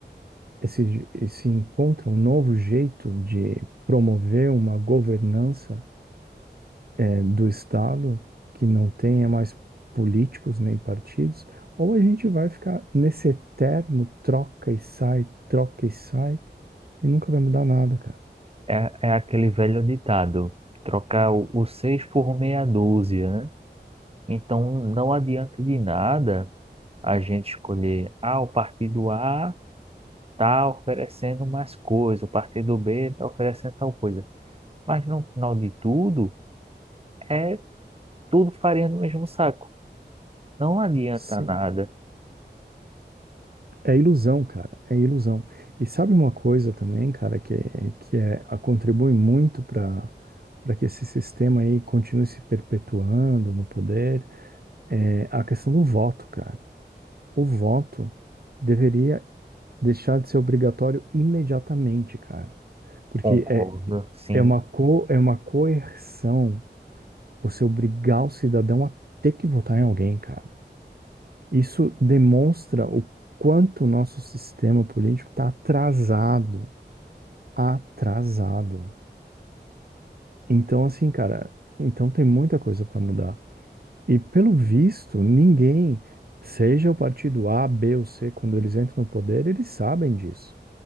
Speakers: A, on the right (about 60°); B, on the right (about 35°).
A: e se, e se encontra um novo jeito de promover uma governança, eh, do Estado que não tenha mais políticos nem partidos, ou a gente vai ficar nesse eterno troca e sai, troca e sai, e nunca vai mudar nada, cara.
B: É, é aquele velho ditado, trocar o, o seis por meia dúzia, né? Então não adianta de nada a gente escolher, ah, o partido A está oferecendo mais coisa, o partido B está oferecendo tal coisa. Mas no final de tudo, é tudo farinha no mesmo saco. Não adianta
A: Sim.
B: nada.
A: É ilusão, cara, é ilusão. E sabe uma coisa também, cara, que é, que é a- contribui muito para para que esse sistema aí continue se perpetuando no poder, é a questão do voto, cara. O voto deveria deixar de ser obrigatório imediatamente, cara. Porque
B: Concordo,
A: é,
B: sim.
A: é uma co, é uma coerção você obrigar o cidadão a ter que votar em alguém, cara. Isso demonstra o quanto o nosso sistema político está atrasado, atrasado. Então, assim, cara, então tem muita coisa para mudar. E pelo visto, ninguém, seja o partido A, B ou C, quando eles entram no poder, eles sabem disso.